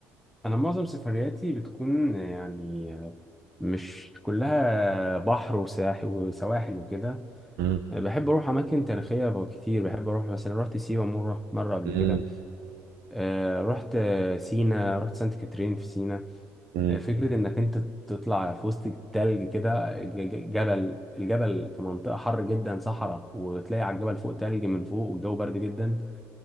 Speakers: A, in the centre; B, on the right.
A: انا معظم سفرياتي بتكون يعني مش كلها بحر وساحل وسواحل وكده
B: مم.
A: بحب اروح اماكن تاريخيه كتير بحب اروح مثلا رحت سيوه مره مره قبل
B: مم.
A: كده أه رحت سينا رحت سانت كاترين في سينا
B: مم.
A: فكرة إنك أنت تطلع في وسط التلج كده ج- ج- جبل الجبل في منطقة حر جدا صحراء وتلاقي على الجبل فوق تلج من فوق والجو برد جدا